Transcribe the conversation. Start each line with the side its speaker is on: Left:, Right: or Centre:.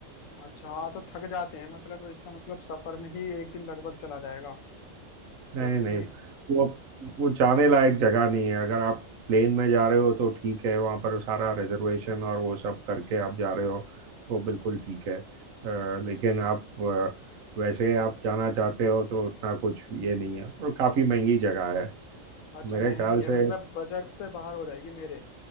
Left: अच्छा हाँ तो थक जाते हैं मतलब इसका मतलब सफर में ही एक दिन लगभग चला जाएगा
Right: नहीं
Left: जबकि
Right: नहीं वो वो जाने लायक जगह नहीं है अगर आप प्लेन में जा रहे हो तो ठीक है वहाँ पर सारा रिजर्वेशन और वो सब करके आप जा रहे हो वो बिल्कुल ठीक है अ, लेकिन आप अ, वैसे आप जाना चाहते हो तो उतना कुछ ये नहीं है और काफ़ी महंगी जगह है
Left: अच्छा
Right: मेरे
Left: महंगी
Right: ख्याल
Left: है
Right: से
Left: मतलब बजट से बाहर हो जाएगी मेरे